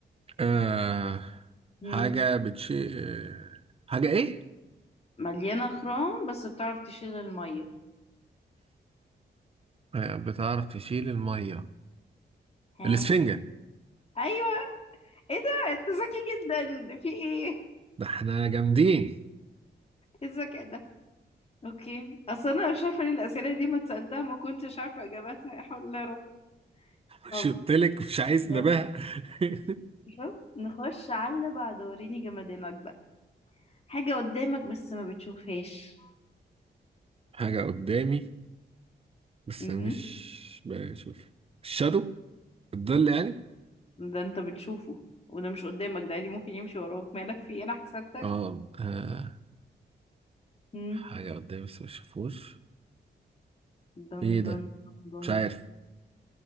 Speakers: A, on the right; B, on the left.
A: آه...
B: مم.
A: حاجة بتشيل آه، حاجة ايه؟
B: مليانة خرام بس بتعرف تشيل المية
A: آه، بتعرف تشيل المية
B: ها
A: الإسفنجة
B: ايوه ايه ده انت ذكي جدا في ايه
A: ده احنا جامدين
B: ايه الذكاء ده اوكي اصل انا مش عارفه ليه الاسئله دي ما اتسالتها ما كنتش عارفه اجاباتها يا حول الله يا رب
A: شرطلك
B: طب
A: مش عايز
B: نخ-
A: نبه <laughs>
B: شوف نخش على اللي بعده وريني جمدانك بقى حاجة قدامك بس ما بتشوفهاش
A: حاجة قدامي بس
B: امم
A: مش بشوف الشادو الظل يعني
B: ده انت بتشوفه وده مش قدامك ده عادي ممكن يمشي وراك مالك في ايه انا حسدتك
A: اه آه،
B: مم.
A: حاجة قدامي بس مش شافوش
B: دن
A: ايه ده
B: دن دن
A: مش عارف